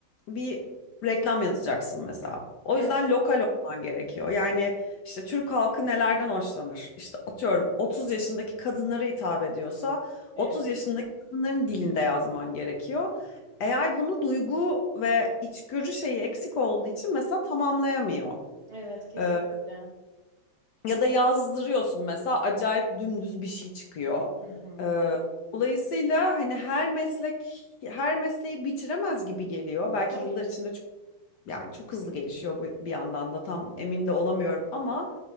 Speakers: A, on the left; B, on the right.
A: bir reklam yazacaksın mesela. O
B: Evet,
A: yüzden lokal olman gerekiyor. Yani işte Türk halkı nelerden hoşlanır? İşte atıyorum 30 yaşındaki kadınlara hitap ediyorsa
B: evet.
A: 30 yaşındaki insanların dilinde yazman gerekiyor. Eğer bunu duygu ve içgörü şeyi eksik olduğu için mesela tamamlayamıyor.
B: Evet, kesinlikle.
A: Ee, ya da yazdırıyorsun mesela acayip dümdüz bir şey çıkıyor.
B: Hı hı.
A: Ee, dolayısıyla hani her meslek her mesleği bitiremez gibi geliyor. Belki
B: Tabii
A: yıllar
B: ki.
A: içinde çok yani çok hızlı gelişiyor bu bir yandan da tam emin de olamıyorum ama